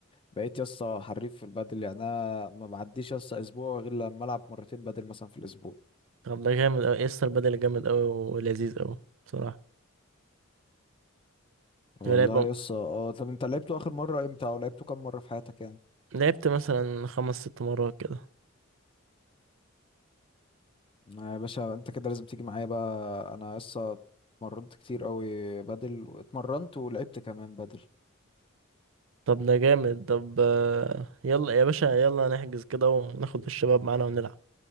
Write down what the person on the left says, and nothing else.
بقيت يسطا حريف في البادل يعني انا ما بعديش يسطا اسبوع غير لما العب مرتين بادل مثلا في الاسبوع
والله
يسطا اه طب انت لعبته اخر مره امتى او لعبته كام مره في حياتك يعني
آه يا باشا انت كده لازم تيجي معايا بقى انا يسطا اتمرنت كتير قوي بادل واتمرنت ولعبت كمان بادل